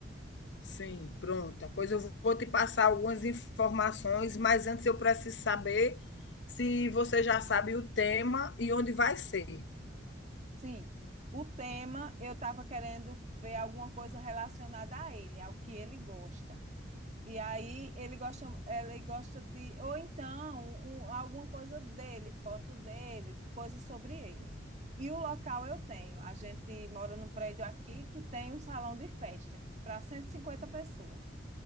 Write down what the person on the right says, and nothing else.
Sim, o tema eu estava querendo ver alguma coisa relacionada a ele, ao que ele gosta. E aí ele gosta, ele gosta de, ou então um- alguma coisa dele, foto dele, coisa sobre ele. E o local eu tenho. A gente mora num prédio aqui que tem um salão de festa para 150 pessoas.